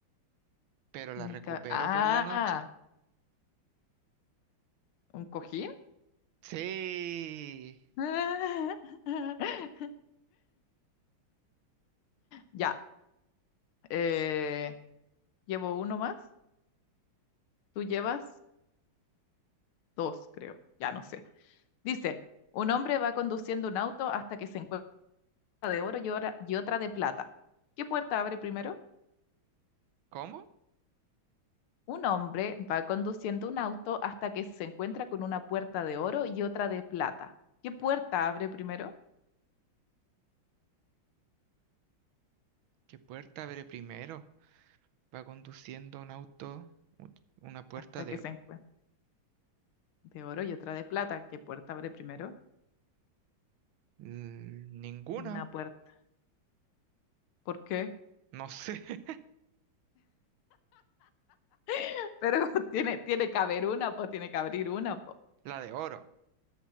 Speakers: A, on the right; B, on the left.
A: pero la
B: Mi
A: recupero
B: ca- Ah,
A: por la noche.
B: un cojín.
A: Sí.
B: <laughs> Ya, eh, llevo uno más. Tú llevas dos, creo. Ya no sé. Dice, un hombre va conduciendo un auto hasta que se encuentra de oro y ora- y otra de plata. ¿Qué puerta abre primero?
A: ¿Cómo?
B: Un hombre va conduciendo un auto hasta que se encuentra con una puerta de oro y otra de plata. ¿Qué puerta abre primero?
A: ¿Qué puerta abre primero? Va conduciendo un auto, u- una puerta
B: Hasta
A: de...
B: que se encuentra de oro y otra de plata. ¿Qué puerta abre primero?
A: Mm, Ninguna.
B: Una puerta. ¿Por qué?
A: No sé. <laughs>
B: <laughs> Pero tiene, tiene que haber una, pues tiene que abrir una, pues
A: La de oro,